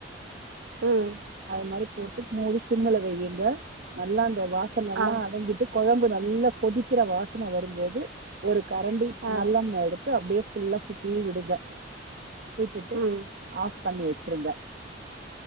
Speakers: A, on the right (about 80°); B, on the right (about 55°).
A: ம்
B: அது மாரி போட்டு மூடி சிம்ல வையுங்க நல்லா அந்த வாசன் எல்லா
A: ஆ
B: அடங்கிட்டு கொழம்பு நல்லா கொதிக்கிற வாசனை வரும்போது ஒரு கரண்டி
A: ஆ
B: நல்லெண்ண எடுத் து அப்டியே ஃபுல்லா சுத்தி விடுங்க விட்டுட்டு
A: ம்
B: ஆஃப் பண்ணி வச்சிருங்க